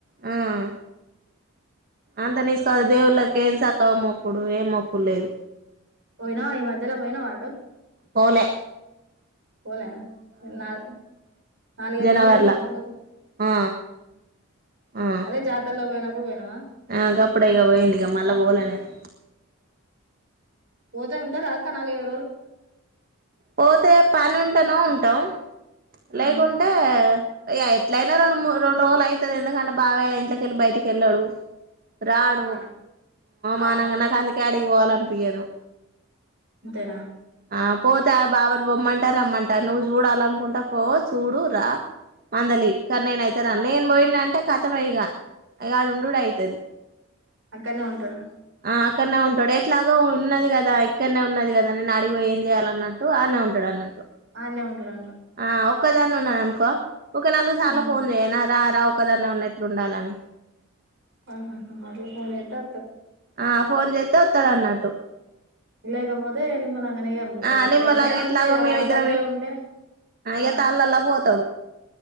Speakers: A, on the right; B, on the right.
A: హ్మ్ అంత నిస్కద దేవులకిే సా ఇక్కవ <unintelligible> మొకుడు ఏ మొక్కు లేదు
B: పోయినా ఈ మధ్యలో పోయినవ అటు
A: పోలేె
B: పోలే నాలు నాలుగు ఐదు
A: జనవరిలా
B: నెలలు అయితండా పోక
A: ఆ ఆ
B: అదే జాతరలోనా పోయి ఇప్పుడు పోయినావా
A: ఆ గాపుడేగా పోయింది ఇగ మళ్ళా పోలేనేను
B: పోతేా ఉంటారా అక నాలుగు ఐ
A: పోతే పని ఉంటానో ఉంటాం
B: ఆ
A: లేకుంటే ఎట్లయినా రెండు ము రెండు రోజులు అవుతుది ఎందుకంటే బాబయ్య ఇట్లకెళ్ళి బయటికి వెళ్ళాడు రాడు
B: ఆ ఆ
A: మానాంగా నాకుంది కడికి పోవల అప్పయను
B: అంతేన
A: ఆ పోతే ఆ బావని బమ్మంటారు రమ్మంటారు నువ్వు చూడాలనుకుంటా పో చూడు రా మందలి ఇ కానీ నేన అైతే రా నేను పోయిన అంటే కథంయగా అ ఆడు ఉండుడె అయితది
B: అక్కడనే ఉంటడా
A: ఆ అక్కడనే ఉంటాడు ఎట్లాగ ఉన్నది కదా ఇక్కడనే ఉన్నది కదా నేను అడిగిపోయి ఏం చేయాలన్నట్టు ఆనే ఉంటాడు అన్నట్టు
B: ఆడానే ఉంటాడా
A: ఆ ఓ ఒక్కదాన్నే ఉన్నా అనుకో ఒక నాలుగు సార్లు
B: ఆ
A: ఫోన్ చేయనా రా రా ఒక్కదన్న ఉన్నట్లు ఉండాలని
B: ఆహా మలు ఫోన్ ఎతా
A: ఆ ఫోన్ చేస్తే వస్తాడు అన్నట్టు
B: లేకపోతే నిమ్ నా మన ఏవ్వ
A: ఆ
B: ఎట్ల
A: నిమ్మలాగా
B: ఎవ్వరైనా
A: ఎట్లాగో
B: అంతే కదా
A: మేమిద్దరం
B: దగ్గర ఉంటే ఆ
A: ఇగ తాళ్ళలా పోతాడు